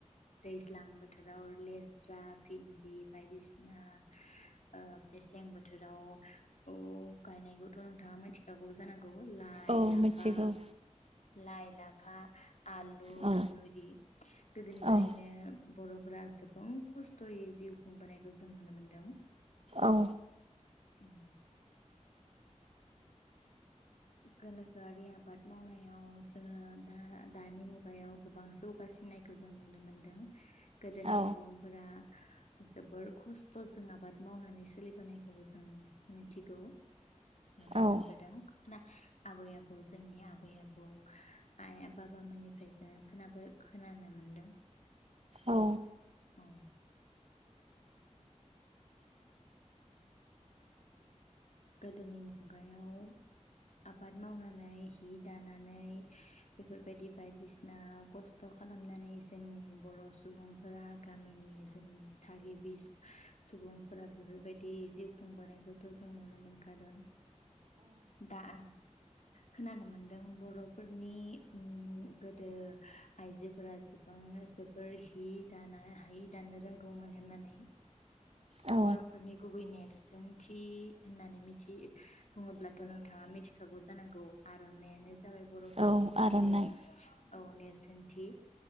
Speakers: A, on the left; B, on the right.
A: दैज्लां बोथोराव लेस्रा, भिन्दि बायदिसिना ओ मेसें बोथोराव-आव गायनायखौथ' नोंथाङा मिथिखागौ जानांगौ? लाइ,
B: औ
A: लाफा
B: मिथिगौ
A: लाइ, लाफा आलु
B: औ
A: बेफोरबायदि गोदोनिफ्रायनो
B: औ
A: बर' फोरा गोबां खस्थ'यै जिउ खुंबोनायखौ जों नुनो मोन्दों।
B: औ।
A: ओम। गोनोखोआरि आबाद मावनायाव जोङो दा दानि मुगायाव गोबां जौगासिननायखौ जों नुनो मोनदों। गोदोनि
B: औ
A: सुबुंफोरा जोबोर खस्थ' जों आबाद मावनानै सोलिबोनायखौ जों मिथिगौ। नुनो
B: औ
A: मोनबोदों। आबै आबौ जोंनि आबै आबौ आइ बाबामोननिफ्राय जोङो खोनाबो खोनानो मोनदों।
B: औ।
A: उम। गोदोनि मुगायाव आबाद मावनानै हि दानानै बेफोर बायदि बायदिसिना खस्थ' खालामनानै जोंनि बर' सुबुंफोरा गामिनि जोंनि थागिबि सुबुंफोरा बेफोर बायदि जिउ खुंबोनायखौथ' जों नुनो नुनो मोनखादों। दा खोनानो मोनदों बर'फोरनि ओम गोदो आइजोफोरा गोबां जोबोर हि दाना हि दानो रोंगौमोन होननानै।
B: औ
A: बर'फोरनि गुबै नेरसोनथि होननानै मिथि बुङोब्लाथ' नोंथाङा मिथिखागौ जानांगौ आर'नाइआनो जाबाय बर'फोरनि
B: औ
A: मोनसे
B: आर'नाइ
A: औ नेरसोन सोनथि।